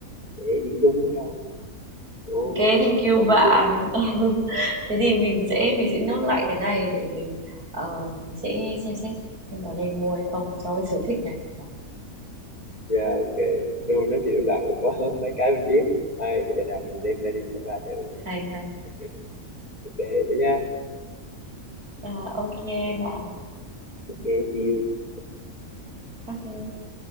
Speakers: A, on the left (about 25°); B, on the right (about 85°).
A: để đi chung với nhau Ồ,
B: ok
A: cũng-
B: thank
A: cộng
B: you
A: đồng
B: bạn
A: cũng vui mà
B: <laughs> thế thì mình
A: <laughs>
B: sẽ mình sẽ nốt lại cái này để ờ, mình sẽ xem xét xem có nên mua hay không cho cái sở thích này đó.
A: dạ ok luôn nói chuyện với bạn cũng có <laughs> mấy cái mình biết hay để nào mình lên plan đi ba thử
B: hay hay
A: <laughs> ok thế nha
B: Ờ, ok bạn
A: ok see you
B: ok